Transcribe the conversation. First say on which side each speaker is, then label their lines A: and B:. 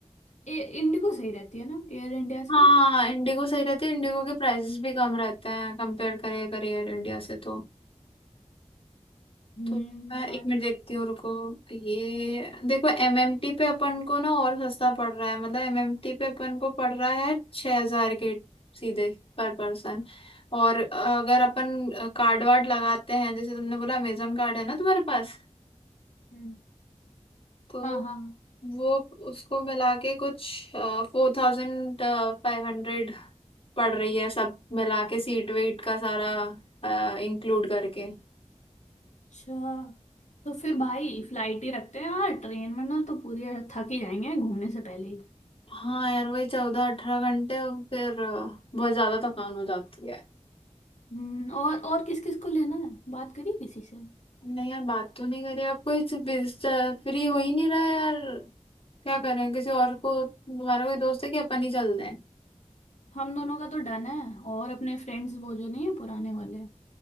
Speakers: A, on the left; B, on the left.
A: इंडिगो सही रहती है ना एयर इंडिया से
B: हाँ इंडिगो सही रहती है इंडिगो के प्राइसेस भी कम रहते हैं कंपेयर करिए करियर इंडिया से तो
A: हम्म
B: तो मैं
A: यार
B: एक मिनट देखती हूँ रुको ये देखो एमएमटी पे अपन को ना और सस्ता पड़ रहा है मतलब एमएमटी पे अपन को पड़ रहा है छह हजार के सीधे पर पर्सन और अगर अपन कार्ड वार्ड लगाते हैं जैसे तुमने बोला अमेजोन कार्ड है ना तुम्हारे पास
A: हम्म।
B: तो
A: हाँ हाँ
B: वो उसको मिला के कुछ फोर थाउजेंड फाइव हंड्रेड पड़ रही है सब मिला के सीट वेट का सारा इंक्लूड करके
A: अच्छा तो फिर भाई फ्लाइट ही रखते हैं यार ट्रेन में ना तो पूरी थक ही जाएंगे घूमने से पहले ही
B: हाँ यार वही चौदह अठारह घंटे और फिर अ, बहुत ज्यादा थकान हो जाती है
A: हम्म, और और किस किस को लेना है बात करिए किसी से
B: नहीं यार बात तो नहीं करी अब कोई फ्री हो ही नहीं रहा है यार क्या करें किसी और को हमारा कोई दोस्त है कि अपन ही चलते हैं
A: हम दोनों का तो डन है और अपने फ्रेंड्स वो जो नहीं है पुराने वाले